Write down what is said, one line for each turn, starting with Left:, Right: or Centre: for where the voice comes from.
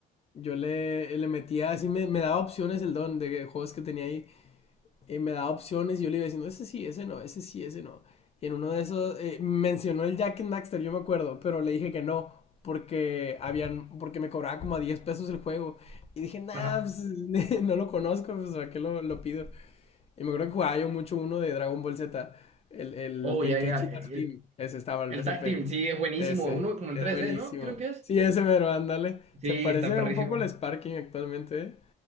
Left: yo le, le metía así, me, me daba opciones el don de juegos que tenía ahí eh, me daba opciones y yo le iba diciendo, ese sí, ese no, ese sí, ese no. Y en uno de esos eh, mencionó el Jack and Daxter, yo me acuerdo, pero le dije que no, porque habían, porque me cobraba como a 10 pesos el juego. Y dije, nah,
Right: ajá.
Left: pues, <laughs> no lo conozco, pues ¿a qué lo, lo pido? Y me acuerdo que jugaba yo mucho uno de Dragon Ball Z, el, el
Right: Oh,
Left: Tenkaichi
Right: ya, ya.
Left: Tag
Right: El,
Left: Team, ese estaba, el
Right: el
Left: PSP,
Right: Tag Team, sí, es buenísimo.
Left: ese,
Right: Uno como en
Left: es
Right: tres
Left: buenísimo.
Right: d ¿no? Creo que es.
Left: Sí, ese mero, ándale.
Right: Sí,
Left: Se parece
Right: está perrísimo.
Left: un poco al Sparking actualmente, ¿eh?